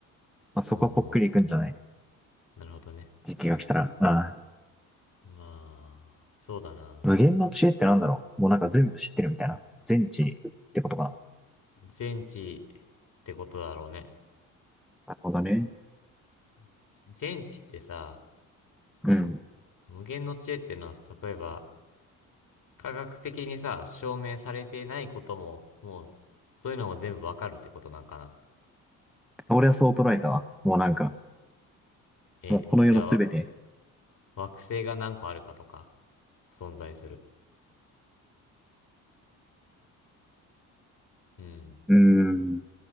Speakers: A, in the centre; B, on the left.
A: まあ、そこはぽっくりいくんじゃない
B: そもそも。なるほどね。
A: 時期が来たら。うん。
B: まあ、そうだな。
A: 無限の知恵ってなんだろう。もうなんか全部知ってるみたいな。全知ってことかな。
B: 全知ってことだろうね。
A: なるほどね。
B: あ全知ってさ、
A: うん。
B: 無限の知恵っていうのは、例えば、科学的にさ、証明されてないことも、もう、そういうのも全部わかるってことなんかな。
A: 俺はそう捉えたわ。もうなんか、
B: え、
A: もうこの世のすべて。
B: じゃあ、わ惑星が何個あるかとか。存在する。うん。
A: うーん。